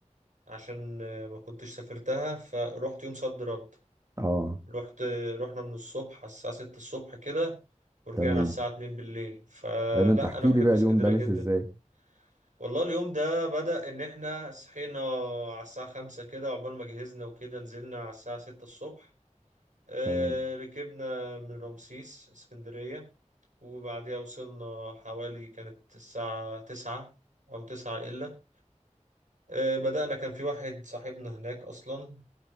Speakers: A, on the right; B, on the right.
A: عشان آه، ما كنتش سافرتها فروحت يوم صد رد
B: اه
A: رحت رحنا من الصبح على الساعة ستة الصبح كده ورجعنا
B: تمام
A: على الساعة اتنين بالليل فلا
B: ده ده انت احكي
A: أنا بحب
B: لي بقى
A: اسكندرية
B: اليوم ده مش
A: جدا
B: ازاي
A: والله اليوم ده بدأ إن إحنا صحينا على الساعة خمسة كده عقبال ما جهزنا وكده نزلنا على الساعة ستة الصبح آه،
B: تمام
A: ركبنا من رمسيس اسكندرية وبعديها وصلنا حوالي كانت الساعة تسعة أو تسعة إلا آه، بدأنا كان في واحد صاحبنا هناك أصلا